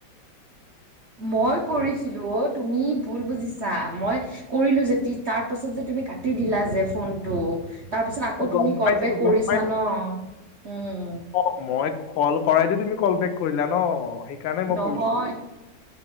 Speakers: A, on the right (about 65°); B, on the left (about 80°).
A: মই কৰিছিলো অ তুমি ভুল বুজিছা মই কৰিলো যে তাৰ পাছত যে তুমি কাটি দিলা যে ফোনটো। তাৰ পিছত আকৌ
B: গম
A: তুমি কল
B: পাইছো
A: বেক
B: গম
A: কৰিছা ন উম,
B: অ মই কল কৰাই দি তুমি কল বেক কৰিলা ন সেইকাৰণে মই
A: নহয়
B: কৰিছো।